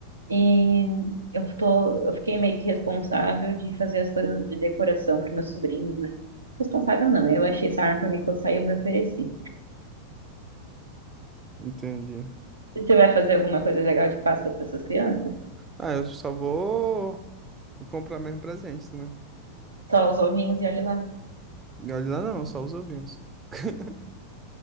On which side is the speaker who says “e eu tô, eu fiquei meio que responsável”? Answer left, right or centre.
Right